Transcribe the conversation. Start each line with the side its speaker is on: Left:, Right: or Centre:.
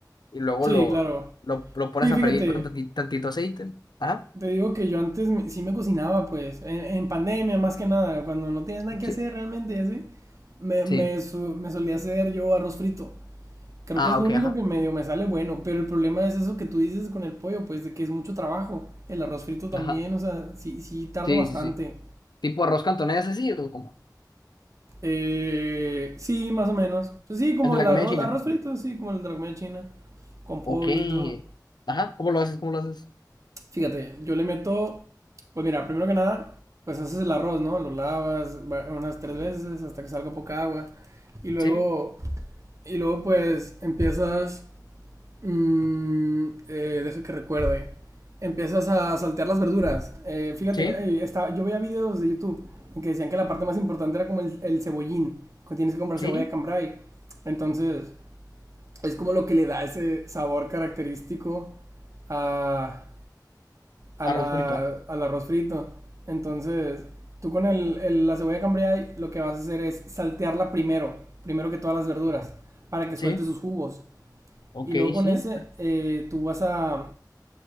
Left: y luego
Right: Sí,
Left: lo,
Right: claro.
Left: lo, lo pones
Right: Sí,
Left: a
Right: fíjate,
Left: freír con tanti- tantito, aceite. Ajá.
Right: Te digo que yo antes me- sí me cocinaba, pues, en, en pandemia más que nada, cuando no tienes nada que
Left: Sí,
Right: hacer realmente y así, me, me,
Left: sí.
Right: su- me solía hacer yo arroz frito. Creo
Left: Ah,
Right: que es lo
Left: ok,
Right: único
Left: ajá.
Right: que medio me sale bueno, pero el problema es eso que tú dices con el pollo, pues, de que es mucho trabajo. El arroz frito también,
Left: Ajá.
Right: o sea, sí, sí tardo
Left: Sí,
Right: bastante.
Left: sí, sí. Tipo arroz cantonés así o como
Right: Eh, sí, más o menos. Pues sí, como
Left: el de
Right: el
Left: la
Right: arroz,
Left: comida china.
Right: arroz frito, sí, como el de la comida china, con
Left: Ok.
Right: pollo y todo.
Left: Ajá. ¿Cómo lo haces? ¿Cómo lo haces?
Right: Fíjate, yo le meto, pues mira, primero que nada, pues haces el arroz, ¿no? Lo lavas va- unas tres veces hasta que salga poca agua. Y luego,
Left: Sí,
Right: y luego pues empiezas, mm, eh, deja que recuerde, empiezas a saltear las verduras. Eh, fíjate,
Left: sí,
Right: ahí está, yo veía videos de YouTube en que decían que la parte más importante era como el, el cebollín, que tienes que comprar
Left: sí.
Right: cebolla cambrai. Entonces, es como lo que le da ese sabor característico a a la,
Left: Arroz frito.
Right: al arroz frito. Entonces, tú con el, el- la cebolla cambray lo que vas a hacer es saltearla primero, primero que todas las verduras, para que suelte
Left: Sí.
Right: sus jugos.
Left: Ok,
Right: Y luego con
Left: sí.
Right: ese, eh, tú vas a,